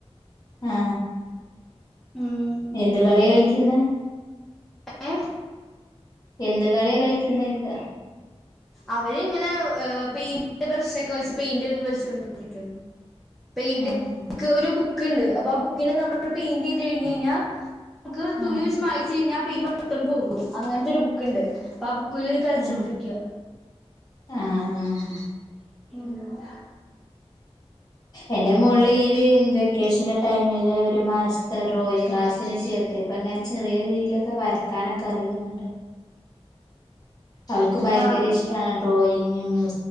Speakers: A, on the left (about 35°); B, in the centre.
A: ആ
B: ഉം
A: എന്ത് കളി കളിക്കുന്ന
B: ഏ
A: എന്ത് കളിയ കളിക്കുന്ന യ്ച്ച
B: അവര് ഇങ്ങനെ പെയിന്റിന്റെ ബ്രഷ്യൊക്കെ വെച്ചു പെയിന്റ് വലിച്ചരിക്ക പെയിന്റ്
A: ആഹ്
B: ക്ക് ഒരു ബുക്ക് ബുക്കുണ്ട് അപ്പൊ ആ ബുക്കിനെ നമ്മൾ പെയിന്റ് ചെയ്ത് കഴിഞ് കഴിഞ്ഞാൽ ബുക്ക് തുണി
A: ആഹ്
B: വെച്ച് മായിച് പിന്നെ ആ പെയിന്റ് മൊത്തം പോകും അങ്ങനത്തെ ഒരു ബുക്കുണ്ട് ഇപ്പ ആ ബുക്കിൽ കളിച്ചു
A: ആഹ്
B: കൊണ്ടിരിക്ക ക്കെ
A: ആഹ് ആഹ്
B: ന്താ
A: എന്റെ മോളിവിണ്ട് വെക്കേഷന്റെ ടൈമില് ഒരു മാസത്തെ ഡ്രോയിങ്ങ് ക്ലാസ്സിന് ചേർത്ത് ഇപ്പ ഇങ്ങനെ ചെറിയ രീതിയിലൊക്കെ വരക്കാനൊക്കെ അറിയുന്നിണ്ട് അവൾക്ക് ഭയങ്കര
B: ആ
A: ഇഷ്ടമാണ് ഡ്രോയിങ് മ്യൂ